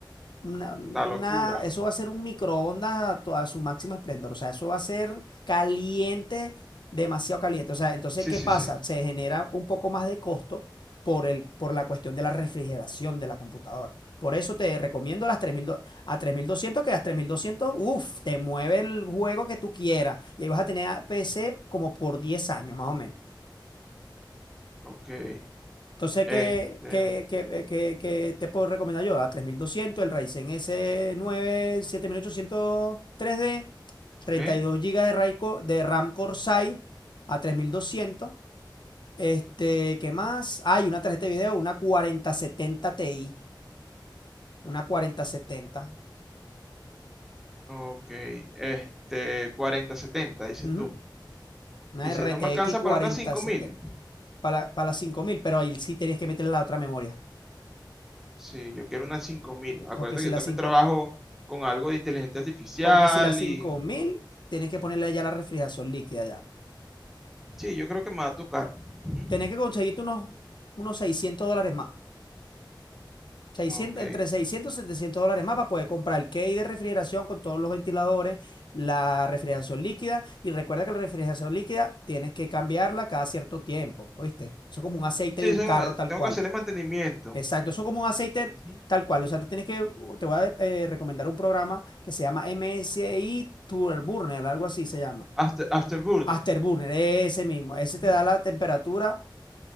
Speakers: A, on the left; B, in the centre.
A: una,
B: La locura.
A: una- eso va a ser un microondas a, to- a su máximo esplendor. O sea, eso va a ser caliente, demasiado caliente. O sea, entonces,
B: Sí,
A: ¿qué
B: sí,
A: pasa?
B: sí.
A: Se genera un poco más de costo por el, por la cuestión de la refrigeración de la computadora. Por eso te recomiendo las 3000 do- a tres mil doscientos que las tres mil doscientos uff, te mueve el juego que tú quieras. Y ahí vas a tener a PC como por 10 años, más o menos.
B: Ok.
A: Entonces,
B: Este.
A: ¿qué, qué- qué- eh, qué- qué te puedo recomendar yo? A tres mil doscientos el Ryzen s nueve siete mil ochocientos tres d treinta
B: Ok.
A: y dos gigas de, RAI co- de RAM Corsair a tres mil doscientos Este, ¿qué más? Hay una tarjeta de video, una cuarenta setenta Ti, una 4070,
B: Ok. Este. cuarenta setenta dices
A: ujú,
B: tú.
A: una
B: Y
A: RTX
B: si no me alcanza
A: 4070
B: para unas cinco mil
A: para, para las cinco mil pero ahí sí tienes que meterle la otra memoria,
B: Sí, yo quiero unas cinco mil Acuérdate
A: porque si
B: que yo
A: la
B: también
A: 5
B: trabajo con algo de inteligencia artificial
A: porque si la 5000
B: y.
A: tienes que ponerle ya la refrigeración líquida ya.
B: Sí, yo creo que me va a tocar. Ujú.
A: tenés que conseguirte unos, unos 600 dólares más. seiscientos
B: Ok.
A: entre 600 y 700 dólares más para poder comprar el key de refrigeración con todos los ventiladores, la refrigeración líquida. Y recuerda que la refrigeración líquida tienes que cambiarla cada cierto tiempo, ¿oíste? Eso es como un aceite
B: Sí,
A: de
B: eso,
A: un carro
B: eh,
A: tal
B: tengo
A: cual.
B: que hacerle mantenimiento.
A: Exacto, eso es como un aceite
B: Ujú.
A: tal cual. O sea, tú tienes que, te voy a eh, recomendar un programa que se llama MSI Turburner, algo así se llama.
B: After, Afterburner.
A: Afterburner, ese mismo. Ese
B: Ujú.
A: te da la temperatura